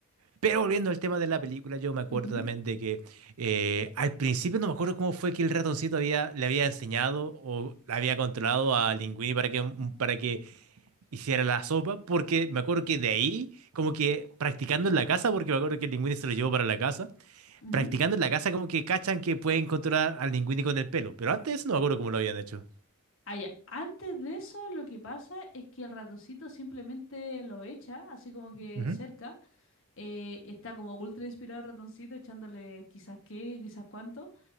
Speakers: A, on the right; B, on the left.
A: Pero volviendo al tema de la película, yo me acuerdo
B: Ujú,
A: también de que eh, al principio no me acuerdo cómo fue que el ratoncito había, le había enseñado o le había controlado a Linguini para que, para que hiciera la sopa, porque me acuerdo que de ahí, como que practicando en la casa, porque me acuerdo que el Linguini se lo llevó para la casa,
B: ujú.
A: practicando en la casa como que cachan que pueden controlar al Linguini con el pelo, pero antes de eso no me acuerdo cómo lo habían hecho.
B: Ah, ya. Antes de eso, lo que pasa es que el ratoncito simplemente lo echa, así como que
A: Ujú,
B: cerca. eh, está como ultra inspirado el ratoncito, echándole quizás qué, quizás cuánto.